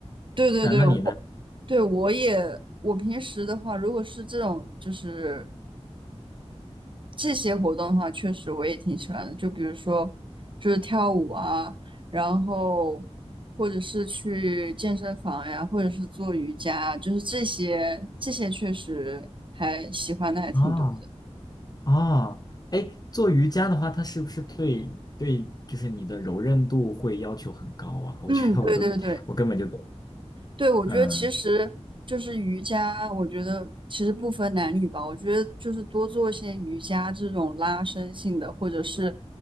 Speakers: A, on the right; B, on the left.
A: 对对对，
B: 嗯，那你呢？
A: 我对我也，我平时的话，如果是这种就是这些活动的话，确实我也挺喜欢的，就比如说就是跳舞啊，然后或者是去健身房呀，或者是做瑜伽啊，就是这些这些确实还喜欢的还挺多的。
B: 哦哦，哎，做瑜伽的话，它是不是对对，就是你的柔韧度会要求很高啊？我觉得我都我根本就。
A: 嗯，对对对，对，我觉得其实就是瑜伽，
B: 嗯，
A: 我觉得其实不分男女吧。我觉得就是多做一些瑜伽这种拉伸性的，或者是